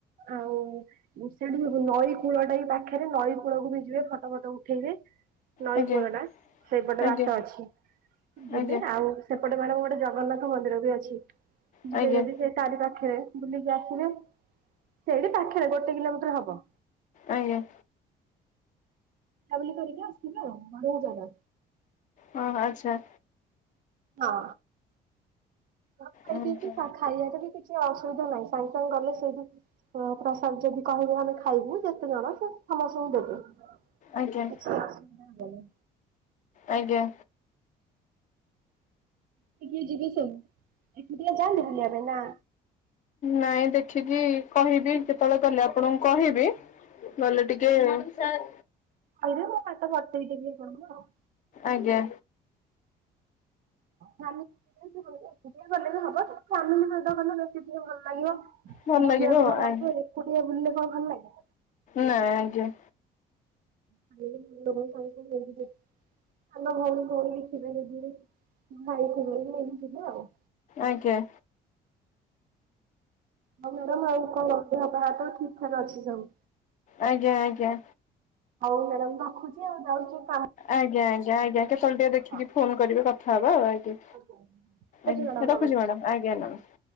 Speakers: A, on the right; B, on the left.
A: ଆଉ। ସେଇଠି ନଈ କୂଳ ଟା ବି ପାଖରେ ନଈ କୂଳକୁ ବି ଯିବେ ଫଟ ଫଟ ଉଠେଇବେ। ନଈ
B: ଆଜ୍ଞା
A: ଫୂଳ ଟା ସେପଟେ
B: ଆଜ୍ଞା
A: ବାଟ ଅଛି ଯିବେ
B: ଆଜ୍ଞା
A: ଆଉ ସେପଟେ ଗଲେ ଗୋଟେ ଯ ଜଗନ୍ନାଥ ମନ୍ଦିର ବି ଅଛି।
B: ଆଜ୍ଞା
A: ଯିବେ ଯେଦି ସେ ତାରି ପାଖେରେ ବୁଲିକି ଆସିବେ। ସେଇଠି ପାଖେରେ ଗୋଟେ କିଲୋମିଟର ହବ।
B: ଆଜ୍ଞା।
A: ବୁଲା ବୁଲି କରିକି ଆସିବେ ଆଉ ବଢିଆ ଜାଗା।
B: ହଁ ଆଚ୍ଛା।
A: ହଁ। ହଁ ଖାଇ
B: ଆଜ୍ଞା
A: ପିକି ଖାଇବାରେ ବି କିଛି ଅସୁବିଧା ନାହିଁ ସାଙ୍ଗେ ସାଙ୍ଗେ ଗଲେ ସେ ବି ପ୍ରସାଦ ଯଦି କହିବେ ଆମେ ଖାଇବୁ ଯେତେ ଜଣ ସେ ସମସ୍ତଙ୍କୁ ଦେବେ।
B: ଆଜ୍ଞା।
A: କିଛି ଅସୁବିଧା ହବନି
B: ଆଜ୍ଞା।
A: କିଏ କିଏ ଯିବେ ସୁନ ଏକୁଟିଆ ଯାଆନ୍ତି ବୁଲିବା ପାଇଁ ନା
B: ନାଇଁ ଦେଖିକି କହିବି କେତେବେଳେ ଗଲେ ଆପଣଙ୍କୁ କହିବି ଗଲେ ଟିକେ ସାର
A: କହିଲେ ମୁଁ ବାଟ ବତେଇି ଦେବି ଆପଣଙ୍କୁ ଆଉ।
B: ଆଜ୍ଞା।
A: ହଁ ଏକୁଟିଆ ଗଲେ ବି ହବ କିନ୍ତୁ ଫାମିଲି ସହିତ ଗଲେ ବେଶୀ ଟିକେ ଭଲ ଲାଗିବ।
B: ଭଲ
A: ବୁଲିଆକୁ
B: ଲାଗିବ
A: ଭଲ
B: ଆଉ
A: ଲାଗିବ ଏକୁଟିଆ ବୁଲିଲେ କଣ ଭଲ ଲାଗେ?
B: ନା ଆଜ୍ଞା।
A: <inaudible> ସାନ ଭଉଣୀ ଫଉଣୀ ବି ଥିବେ ଯଦି ଭାଇ ଥିବେ ବି ଯିବ ଆଉ।
B: ଆଜ୍ଞା।
A: ହଁ ମ୍ୟାଡାମ ଆଉ କଣ ଦେହ ପା ତ ଠିକ ଠାକ ଅଛି ସବୁ।
B: ଆଜ୍ଞା ଆଜ୍ଞା।
A: ହଉ ମ୍ୟାଡାାମ ରଖୁଚି ଆଉ ଯାଉଚି
B: ଆଜ୍ଞା ଆଜ୍ଞା ଆଜ୍ଞା କେତେବେଳେ ଟିକେ ଦେଖିକି
A: ହଁ
B: ଫୋନ କରିବେ କଥା ହବା ଆଉ ଆଜ୍ଞା।
A: ଆଜ୍ଞା
B: ଆ ରଖୁଚି
A: ରହୁଛି ମ୍ୟାଡ଼ାମ ନମସ୍କାର।
B: ମ୍ୟାଡାମ ଆଜ୍ଞା ନମସ୍